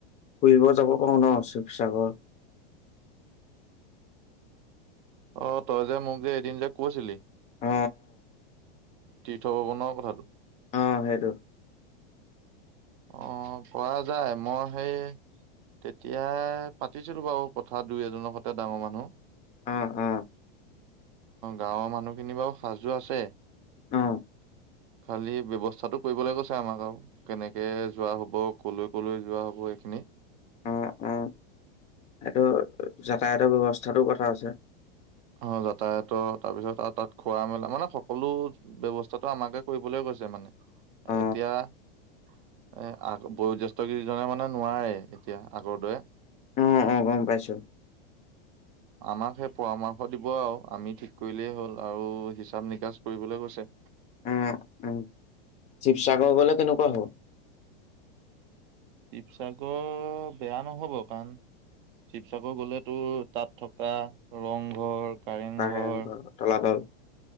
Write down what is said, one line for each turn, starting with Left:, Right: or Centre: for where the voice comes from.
Left: ফুৰিব যাব পাৰো ন শিৱসাগৰ?
Right: অ', তই যে, মোক যে, এদিন যে, কৈছিলি?
Left: অ
Right: তীৰ্থ ভ্ৰমণৰ কথাটো
Left: অ', সেইটো।
Right: অ', পৰা যায় মই সেই তেতিয়া পাতিছিলোঁ বাৰু কথা দুই এজনৰ সৈতে ডাঙৰ মানুহ।
Left: অ অ
Right: গাঁৱৰ মানুহখিনি বাৰু সাজু আছে।
Left: অ
Right: খালী ব্যৱস্থাটো কৰিবলৈ কৈছে আমাক আৰু কেনেক কে যোৱা হ'ব, কলৈ, কলৈ যোৱা হ'ব এইখিনি
Left: অ', অ', এইটো যাতায়তৰ ব্যৱস্থাতো কথা আছে।
Right: অ', যাতায়তৰ তাৰপিছত আৰু তাত খোৱা মেলা মানে সকলো ব্যৱস্থাটো আমাকে কৰিবলৈ কৈছে মানে
Left: অ
Right: এতিয়া এ, বয়োজেষ্ঠ কেইজনে মানে নোৱাৰে এতিয়া আগৰ দৰে
Left: অ অ গম পাইছো
Right: আমাক সেই পৰাম দিব আৰু আমি ঠিক কৰিলেই হ'ল, আৰু হিচাপ নিকাচ কৰিবলৈ কৈছে।
Left: অ উ শিৱসাগৰ গ'লে কেনেকুৱা হ'ব?
Right: শিৱসাগৰ বেয়া নহ'ব, কাৰণ শিৱসাগৰ গ'লেতো তাত থকা ৰংঘৰ কাৰেংঘৰ
Left: <unintelligible> তলাতল।